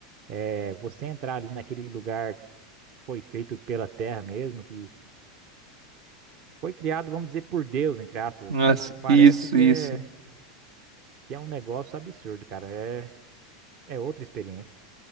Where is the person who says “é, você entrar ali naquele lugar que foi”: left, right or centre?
Right